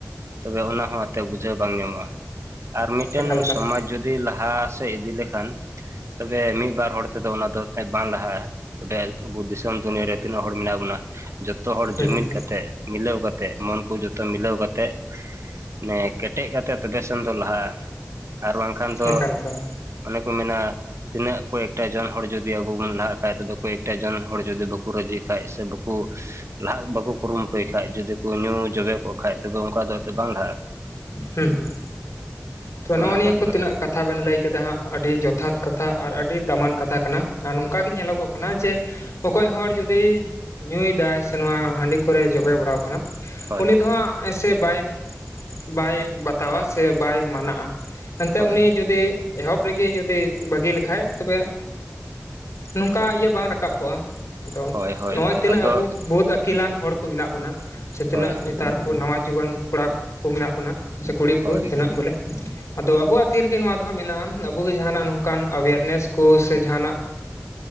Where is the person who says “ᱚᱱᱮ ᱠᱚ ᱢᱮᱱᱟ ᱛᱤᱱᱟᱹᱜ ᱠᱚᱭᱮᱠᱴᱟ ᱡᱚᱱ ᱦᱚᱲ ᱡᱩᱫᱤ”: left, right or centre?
Right